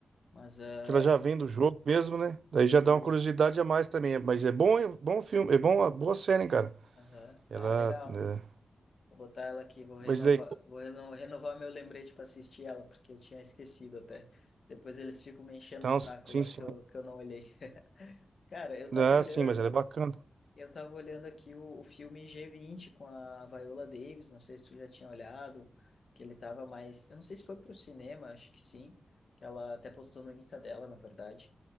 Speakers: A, on the left; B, on the right.
A: Mas ah,
B: que ela já vem do jogo mesmo, né? Daí
A: sim.
B: já dá uma curiosidade a mais também. Mas é bom, é bom filme, é bom, uma boa série, hein, cara?
A: Aham.
B: Ela,
A: Ah, legal.
B: é...
A: Vou botar ela aqui, vou renovar,
B: Mas daí,
A: vou reno- renovar meu lembrete para assistir ela, porque eu tinha esquecido até. Depois eles ficam me enchendo
B: então,
A: o saco
B: sim,
A: lá,
B: sim.
A: que eu, que eu não olhei. <laughs> Cara, eu tava
B: Ah,
A: olhando,
B: sim, mas ela é bacana.
A: eu tava olhando aqui o, o filme g vinte com a Viola Davis, não sei se tu já tinha olhado, que ele tava mais, eu não sei se foi pro cinema, acho que sim, que ela até postou no Insta dela, na verdade,